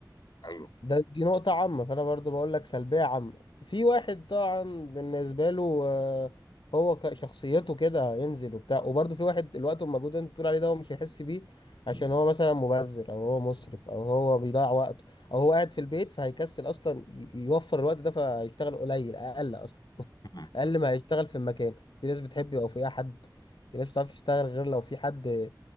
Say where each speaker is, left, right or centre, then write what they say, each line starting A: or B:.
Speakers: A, on the left; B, on the left.
A: ايوه
B: ده دي نقطة عامة فأنا برضو بقول لك سلبية عامة في واحد طبعا بالنسبة له آه، هو ك- شخصيته كده هينزل وبتاع وبرضو في واحد الوقت والمجهود اللي انت بتقول عليه ده هو مش هيحس بيه عشان
A: مم.
B: هو مثلا مبذر أو هو مسرف أو هو بيضيع وقته أو هو قاعد في البيت فهيكسل أصلا ي- يوفر الوقت ده فهيشتغل قليل أقل أصلا <laughs>
A: مم.
B: أقل ما هيشتغل في المكان في ناس بتحب يبقى فيها حد في ناس بتعرفش تشتغل غير لو في حد